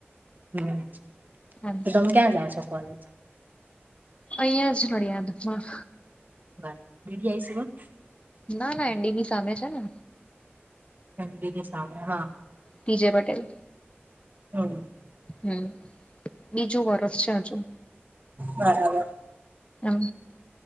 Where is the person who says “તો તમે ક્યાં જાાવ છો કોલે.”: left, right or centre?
Right